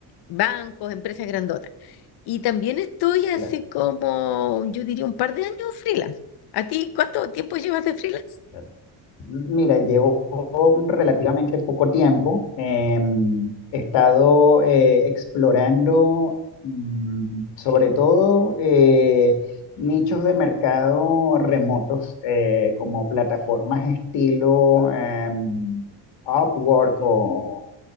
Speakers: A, on the left (about 60°); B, on the left (about 80°).
A: bancos, empresas grandotas. Y también estoy hace
B: claro,
A: como, yo diría, un par de años freelance. ¿A ti cuánto tiempo llevas de freelance?
B: claro. Mira, llevo relativamente poco tiempo. eh, he estado eh, explorando mm, sobre todo eh, nichos de mercado remotos, eh, como plataformas estilo em, Upwork o